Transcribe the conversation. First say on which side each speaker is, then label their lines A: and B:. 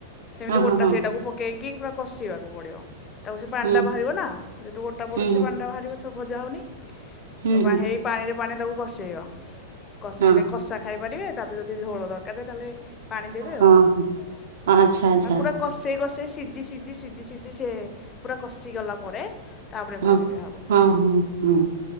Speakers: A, on the left; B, on the right.
A: ସେମିତି
B: ହଁ ହଁ
A: ଗୋଟା
B: ହଁ
A: ସେଇଟାକୁ ପକେଇକି ପୁରା କଷିବାକୁ ପଡିବ। ତାପରେ ସେଇ ପାଣିଟା
B: ହୁଁ
A: ବାହାରିବ ନା ଯେହେତୁ ଗୋଟା ପଡୁଚି
B: ହୁଁ ହୁଁ
A: ପାଣିଟା ବାହାରିବ ସେ ଭଜା ହଉନି
B: ହୁଁ
A: ତ ପା
B: ହୁଁ
A: ହେଇ ପାଣିରେ ପାଣିରେ ତାକୁ କଷେଇବ କଷେଇଲେ
B: ହଁ।
A: କଷା ଖାଇ ପାରିବେ ତାପରେ ଯଦି ଝୋଳ କେତେ ଢାଲେ ପାଣି ଦେବେ ଆଉେ
B: ହଁ
A: ମା <unintelligible>
B: ହଁ ଆଚ୍ଛା ଆଚ୍ଛା
A: ନେ ପୁରା କଷେଇ କଷେଇ ସିଝି ସିଝି ସିଝି ସିଝି ସେ ପୁରା କଷି ଗଲା ପରେ ତାପରେ
B: ହଁ।
A: ପାଣି ଦିଆହବ।
B: ହଁ ହଁ ହଁ